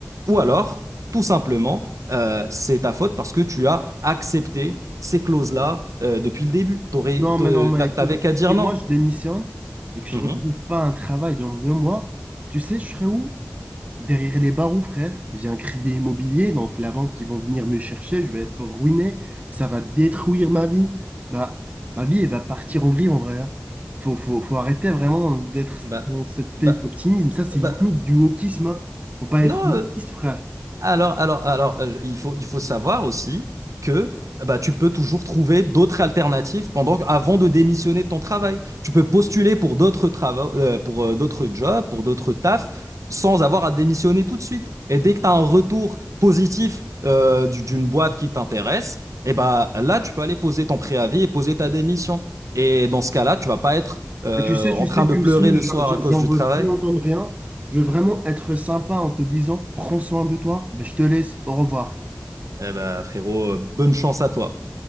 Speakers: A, on the right; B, on the right.
A: Ou alors, tout simplement, euh, c'est ta faute parce que tu as accepté ces clauses-là euh, depuis le début. T'aurais,
B: Non,
A: te-
B: mais non, mais
A: t'a-
B: écoute,
A: t'avais qu'à
B: si
A: dire
B: moi
A: non.
B: je démissionne et que je
A: Mhm.
B: retrouve pas un travail dans deux mois, tu sais, je serai où? Derrière les barreaux, frère. J'ai un crédit immobilier, donc la banque qui vont venir me chercher, je vais être ruiné, ça va détruire ma vie. Bah, ma vie, elle va partir en vrille en vrai. hein. Faut, faut, faut arrêter vraiment d'être
A: Bah,
B: dans cette pays
A: bah,
B: optimisme. Ça, c'est limite
A: bah,
B: du wokisme. hein. Faut pas
A: non,
B: être wokiste,
A: euh,
B: frère.
A: Alors, alors, alors, euh, il faut, il faut savoir aussi que euh, bah, tu peux toujours trouver d'autres alternatives pendant, avant de démissionner de ton travail. Tu peux postuler pour d'autres travaux, euh, pour euh, d'autres jobs, pour d'autres tafs, sans avoir à démissionner tout de suite. Et dès que tu as un retour positif euh, du- d'une boîte qui t'intéresse, et bah, là, tu peux aller poser ton préavis et poser ta démission. Et dans ce cas-là, tu vas pas être euh,
B: Bah, tu sais,
A: en
B: tu
A: train
B: sais,
A: de
B: tu
A: pleurer
B: me saoules,
A: le
B: je-
A: soir à
B: je-
A: cause
B: j'en
A: du
B: veux
A: travail.
B: plus entendre rien. Je veux vraiment être sympa en te disant, prends soin de toi. Bah, je te laisse, au revoir.
A: Eh bah, frérot, euh, bonne chance à toi.